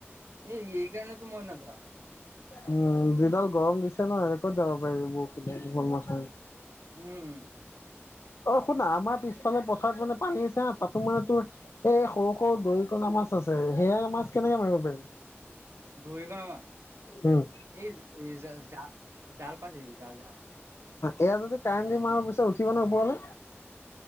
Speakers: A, on the right (about 80°); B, on the left (about 80°).
A: এই-এই কাৰণেতো মই নাযাওঁ।
B: উম' যিডাল গৰম দিছে ন, সেনে ক'ত যাব পাৰিবি বৰষুণ জল মা
A: উম'
B: অ' শুনা আমাৰ পিছফালৰ পথাৰত মানে পানী আছে হা তাতো মানে তোৰ এই সৰু-সৰু দৰিকণা মাছ আছে, সেয়াই মাছ কেনেকে মাৰিব পাৰিম?
A: দৰিকণা ন মাছ,
B: উম
A: এই-এই, জাল-জাল পাতি দিবি জাল-জাল।
B: এইয়া যদি কাৰেণ্ট দি মাৰা পিছত উঠিব নে ওপৰলে